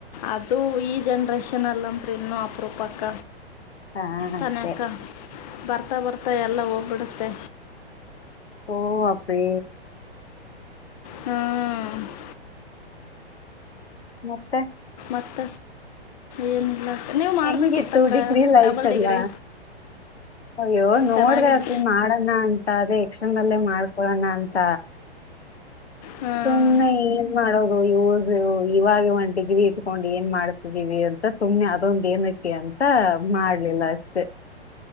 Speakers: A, on the left; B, on the left.
A: ಅದು ಈ ಜನ್ರೇಷನ್ ಅಲ್ಲತ್ರಿ ಇನ್ನುೂ ಅಪರೂಪಕ್ಕ
B: ಹಾ
A: ತಾನಕ್ಕ
B: ಅದೇ
A: ಬರ್ತಾ ಬರ್ತಾ ಎಲ್ಲ ಹೋಗ್ಬಿಡುತ್ತೆ
B: ಹು ಅಪಿ
A: ಹ್ಮ್ <inaudible>
B: ಮತ್ತೆ
A: ಮತ್ತ ಏನಿಲ್ಲ ನೀವು ಮಾಡಬೇಕಿತ್ತಕ್ಕ
B: ಹೆಂಗಿತ್ತು ಡಿಗ್ರಿ ಲೈಫ್
A: ಡಬಲ್
B: ಎಲ್ಲ
A: ಡಿಗ್ರಿ
B: ಅಯ್ಯೋ ನೋಡ್ದ
A: ಚೆನ್ನಾಗಿದ್ದು
B: ಅಪ್ಪಿ ಮಾಡೋಣ ಅಂತ ಅದೇ ಎಕ್ಕ್ಷನ್ಲ್ಲೇ ಮಾಡ್ಕೊಳೋಣ ಅಂತ
A: ಹಾಂ
B: ಸುಮ್ಮ್ನೆ ಏನ್ ಮಾಡೋದು ಇ ಇವಾಗ ಒಂದ್ ಡಿಗ್ರಿ ಇಟ್ಕೊಂಡ್ ಏನ್ ಮಾಡ್ತಿದ್ದೀವಿ ಅಂತ ಸುಮ್ನೆ ಅದೊಂದ ಏನಕ್ಕೆ ಅಂತ ಮಾಡ್ಲಿಲ್ಲ ಅಷ್ಟೇ